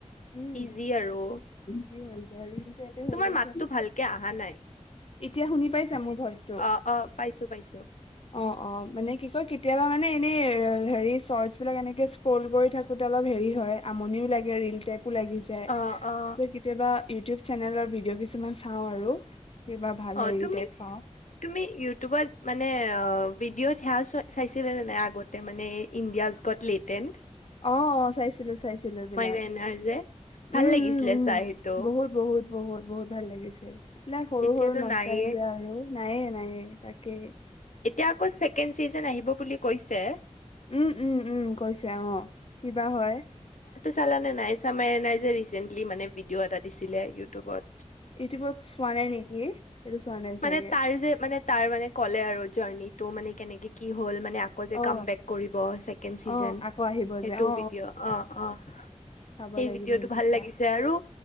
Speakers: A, on the left; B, on the left.
A: উম
B: ইজি আৰু,
A: যি হৈ যায় ৰিল টাইপে হৈ
B: তোমাৰ
A: গৈছে
B: মাতটো ভালকে আহা নাই?
A: এতিয়া শুনি পাইছা? মোৰ ভইচ টো,
B: অ', অ', পাইছো পাইছো।
A: অ- অ, মানে কি কয় কেতিয়াবা মানে এনে হেৰি চৰ্টছ বিলাক এনেকে স্ক্ৰল কৰি থাকোতে অলপ হেৰি হয়। আমনিও লাগে ৰিল টাইপ। ও লাগি যায়।
B: অ', অ',
A: চ কেতিয়াবা ইউটিউব চেনেলৰ ভিডিঅ' কিছুমান চাওঁ আৰু। কিবা ভাল
B: অ,
A: হেৰি
B: তুমি-তুমি
A: টাইপ পাওঁ
B: ইউটিউবত মানে, ভিডিঅ'ত সেয়া চ চাইছিলা নে নাই আগতে মানে ইণ্ডিয়াজ গট টেলেণ্ট।
A: অ-অ, চাইছিলো। চাইছিলো বিলাক,
B: ৰেনাৰ যে ভাল
A: উম-উম-উম,
B: লাগিছিলে চাই সেইটো।
A: বহুত-বহুত। বহুত-বহুত ভাল লাগিছিল। এইবিলাক সৰু-সৰু
B: এতিয়াতো
A: নষ্টাই
B: নাইয়ে
A: যোৱা আৰু নায়ে-নায়ে, তাকে
B: এতিয়া আকৌ ছেকেণ্ড চিজেন আহিব বুলি কৈছে।
A: উম-উম-উম, কৈছে অহ, কিবা হয়।
B: চালা নে নাই, চামেৰেনে যে ৰিচেন্টলি মানে ভিডিঅ' এটা দিছিলে ইউটিউবত।
A: ইউটিউবত চোৱা নাই নেকি? এইটো চোৱা নাই চাগে
B: মানে তাৰ যে মানে তাৰ মানে ক'লে আৰু জাৰ্নিটো মানে কেনেকৈ কি হল মানে আকৌ যে
A: অ
B: কামবেক কৰিব ছেকেণ্ড চিজন
A: অ আকৌ
B: সেইটো
A: আহিব যে অ
B: ভিডিঅ অ অ সেই
A: চাব লাগিব
B: ভিডিঅটো
A: সেইকেইটা
B: ভাল লাগিছে আৰু